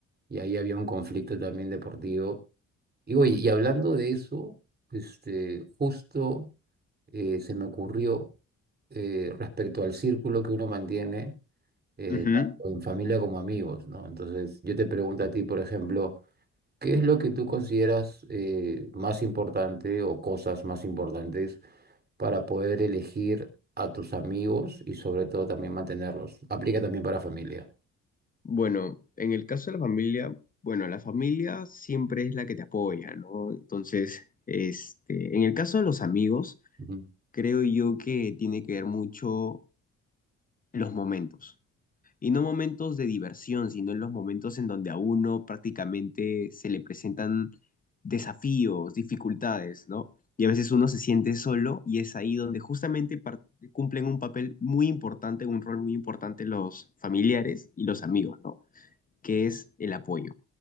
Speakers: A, on the right (about 30°); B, on the left (about 30°).
A: y ahí había un conflicto también deportivo. Y oye, y hablando de eso, este, justo. eh, se me ocurrió eh, respecto al círculo que uno mantiene eh,
B: Ujú.
A: tanto en familia como amigos, ¿no? Entonces, yo te pregunto a ti, por ejemplo, ¿qué es lo que tú consideras eh, más importante o cosas más importantes para poder elegir a tus amigos y sobre todo también mantenerlos? Aplica también para familia.
B: Bueno, en el caso de la familia, bueno, la familia siempre es la que te apoya, ¿no? Entonces, este, en el caso de los amigos,
A: Ujú.
B: creo yo que tiene que ver mucho los momentos. Y no momentos de diversión, sino en los momentos en donde a uno prácticamente se le presentan desafíos, dificultades, ¿no? Y a veces uno se siente solo y es ahí donde justamente par- cumplen un papel muy importante, un rol muy importante los familiares y los amigos, ¿no? que es el apoyo.